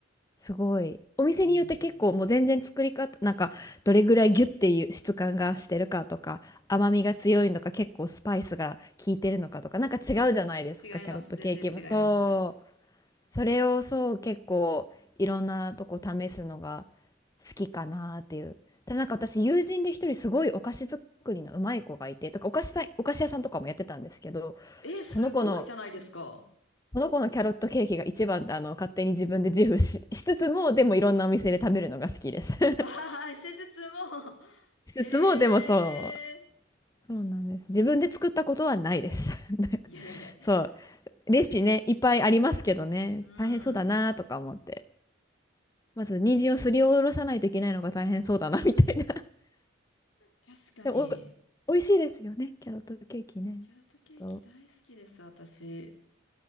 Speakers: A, on the left; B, on the left.
A: すごい。お店によって結構もう全然作り方、
B: うん。
A: なんかどれぐらいギュッていう質感がしてるかとか、甘みが強いのか結構スパイスが効いてるのかとか、なんか違うじゃないですか、
B: 違います、
A: キャロットケーキも。
B: 全然違います。
A: そう。それをそう結構いろんなとこ試すのが好きかなっていう。ただなんか私友人で一人すごいお菓子作りのうまい子がいて、とかお菓子さん、お菓子屋さんとかもやってたんですけど、
B: え、すごいじゃないですか。
A: その子のこの子のキャロットケーキが一番ってあの勝手に自分で自負し、しつつもでもいろんなお店で食べるのが好きです <laughs>
B: <laughs> あはい、施術も。
A: しつつもでもそう
B: えー。
A: そうなんです自分で作ったことはないです
B: いやいやいや、
A: <laughs> そうレシピねいっぱいありますけどね大変そうだなとか思って
B: キャロット、うん。
A: まず人参をすりおろさないといけないのが大変そうだなみたいな
B: 確かに、
A: <laughs> でもお美味しいですよねキャロットケーキね
B: キャロットケーキ大好きです、
A: と
B: 私。